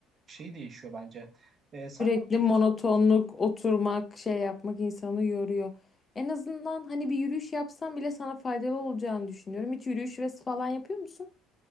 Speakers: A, on the right (about 45°); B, on the left (about 30°).
A: şey değişiyor bence. E, sen
B: Sürekli
A: ne yapıyorsun
B: monotonluk,
A: spor?
B: oturmak, şey yapmak insanı yoruyor. En azından hani bir yürüyüş yapsam bile sana faydalı olacağını düşünüyorum. Hiç yürüyüş ve falan yapıyor musun?